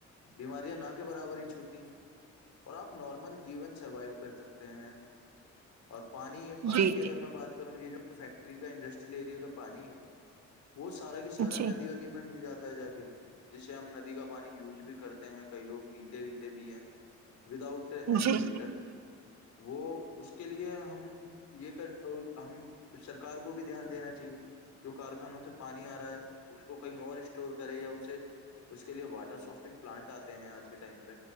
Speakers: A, on the left (about 65°); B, on the right (about 60°).
A: بیماریاں نہ کے برابر ہی چھوتی ہیں اور آپ نارمل جیون سروائو کر سکتے ہیں اور پانی پانی
B: جی
A: کی اگر
B: جی
A: میں بات کروں یہ جو وہ فیکٹری کا انڈسٹریل ایریا کا پانی ہے وہ سارا کی سارا
B: جی
A: ندی ودی میں مل جاتا ہے جا کے جسے ہم ندی کا پانی یوز بھی کرتے ہیں کئی لوگ پیتے ویتے بھی ہے وداؤٹ اینی
B: جی جی
A: فلٹر وہ اس کے لیے ہم یہ کر ہم سرکار کو بھی دھیان دینا چاہیے جو کارخانوں سے پانی آ رہا ہے اس کو کہیں اور اسٹور کرے یا اسے اس کے لیے واٹر سافٹنگ پلانٹ آتے ہیں آج کے ٹائم پہ